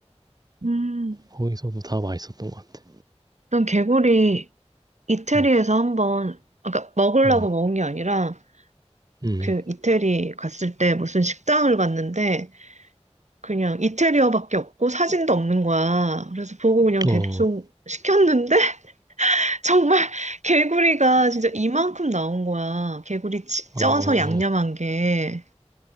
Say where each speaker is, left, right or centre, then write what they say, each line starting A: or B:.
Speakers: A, on the right; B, on the right.
A: 음,
B: 거기서도 다 맛있었던 것 같아.
A: 난 개구리 이태리에서
B: 음,
A: 한번, 아까 먹으려고
B: 음,
A: 먹은 게 아니라,
B: 음.
A: 그 이태리 갔을 때 무슨 식당을 갔는데, 그냥 이태리어밖에 없고 사진도 없는 거야. 그래서 보고 그냥 대충
B: 어,
A: 시켰는데, <laughs> 정말 개구리가 진짜 이만큼 나온 거야. 개구리 찌-
B: 어,
A: 쪄서 양념한 게.